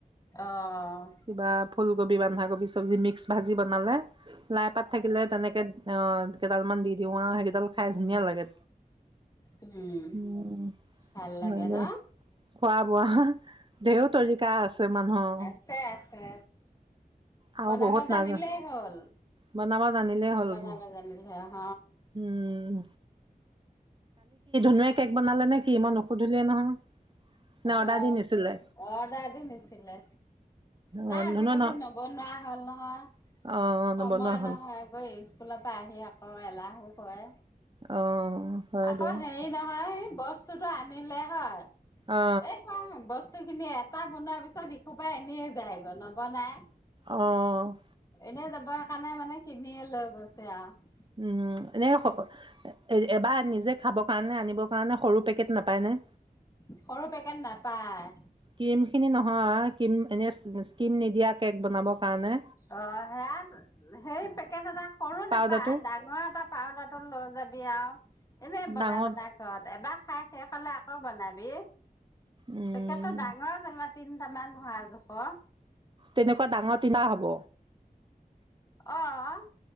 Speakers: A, on the left; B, on the right.
A: অ!
B: কিবা ফুলকবি কবি বন্ধা কবি চব্জি মিক্স ভাজি বনালেলাই পাত থাকিলে তেনেকে অ কেইডাল মান দি দিও আৰু <unintelligible> ডাল খাই
A: উম,
B: ধুনীয়া লাগে।
A: উম,
B: উম
A: ভাল লাগে
B: হয় দে
A: ন?
B: খোৱা বোৱা ঢেউ তৰিকা আছে মানুহৰ
A: আছে, আছে
B: আৰু
A: বনাব
B: বহুত
A: জানিলেই
B: নাজানো
A: হ'ল,
B: বনাব, জানিলেই হ'ল।
A: বনাব জানিলে আহ,
B: উম <unintelligible> কেক বনালে নে কি মই নুসুধিলোৱে নহয় নে অৰ্ডাৰ
A: অ
B: দি নিছিলে
A: অৰ্ডাৰ দি নিছিলে তাই
B: অ
A: আজিকালি
B: ধুনুৱে ন
A: নবনুৱা হ'ল নহয়
B: অ নবনোৱা
A: সময়
B: হ'ল
A: নহয় গৈ <unintelligible> স্কুলৰ পৰা আহি আকৌ এলাহো কৰে
B: অ হয়
A: আকৌ
B: দে
A: হেৰি নহয়, বস্ -স্তুটো আনিলে হয়।
B: অ
A: <unintelligible> বস্তু খিনি এটা বনোৱাৰ পিছত ইসোপা এনেই যায় নবনাই।
B: অ!
A: এনে যাবৰ কাৰণে মানে কিনিয়ে লৈ গৈছে আৰু
B: উম এনে এবাৰ নিজে খাবৰ কাৰণে আনিব কাৰণে সৰু পেকেট নাপায় নে,
A: সৰু পেকেট নাপায়।
B: ক্ৰীম খিনি নহয় ক্ৰীম এনে ক্ৰীম নিদিয়া কেক বনাবৰ কাৰণে,
A: অ সেয়া সেই পেকেট এটা সৰু
B: পাউদাৰটো
A: নেপায় ডাঙৰ এটা পাউদাৰটো লৈ যাবি ব্যা এনেই বনাই
B: ডাঙৰ
A: বনাই ঘৰত এবা খাই শেষ হ'লে আকৌ বনাবি।
B: উম
A: পেকেটটো ডাঙৰ যেনিবা। তিনটা মান হয় আও জোখৰ।
B: তেনেকুৱা ডাঙৰ টিনা হ'ব।
A: অ'